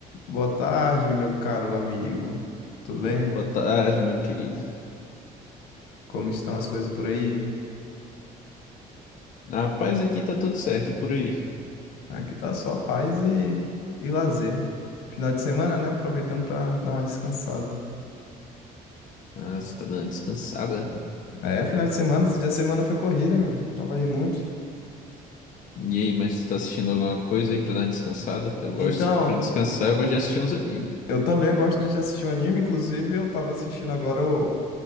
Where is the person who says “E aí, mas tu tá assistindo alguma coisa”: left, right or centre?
Left